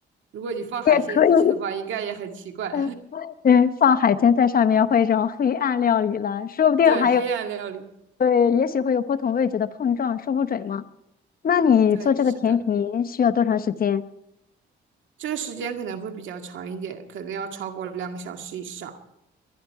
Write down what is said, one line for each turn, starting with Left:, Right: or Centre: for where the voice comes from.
Right: 如果你放海鲜进去的话，
Left: 也可以，
Right: 应该也很奇怪。
Left: <laughs> 对，放海鲜在上面会种黑暗料理了，说不定还有，
Right: <laughs> 对，黑暗料理，
Left: 对，也许会有不同味觉的碰撞，说不准嘛。那你做这个甜品需要多长时间？
Right: 对，是的，这个时间可能会比较长一点，可能要超过两个小时以上。